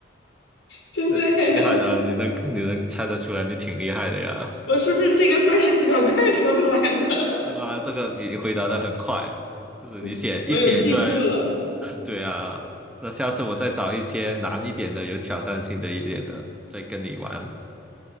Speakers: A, on the left; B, in the centre.
A: 真的嘿，
B: 那挺厉害的啊你能你能猜得出来，你挺厉害的呀。
A: 我是不是这个算是比较快说出来的？
B: 对啊，这个你回答的很快，就是你写一写出来，
A: <laughs> 我有进步了，
B: 对啊。那下次我再找一些难一点的，有挑战性的一点的，再跟你玩，